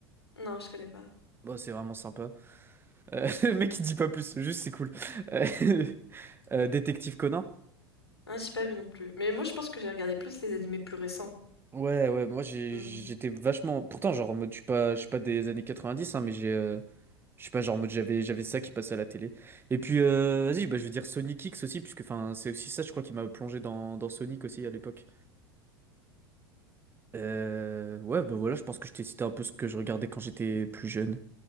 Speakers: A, on the left (about 75°); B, on the right (about 15°).
A: Non, je connais pas.
B: Bon, c'est vraiment sympa. Euh, <laughs> le mec il dit pas plus, juste c'est cool. Euh, <laughs> euh, Détective Conan?
A: Ah, j'ai pas vu non plus. Mais moi, je pense que j'ai regardé plus les animés plus récents.
B: Ouais, ouais, moi j'ai-
A: Hmm.
B: j'étais vachement. Pourtant, genre en mode, je suis pas, je suis pas des années 90, hein, mais j'ai. euh, Je suis pas, genre en mode, j'avais, j'avais ça qui passait à la télé. Et puis, euh, vas-y, bah, je vais dire Sonic X aussi, puisque enfin, c'est aussi ça, je crois, qui m'a plongé dans, dans Sonic aussi à l'époque. Euh, ouais, bah voilà, je pense que je t'ai cité un peu ce que je regardais quand j'étais plus jeune.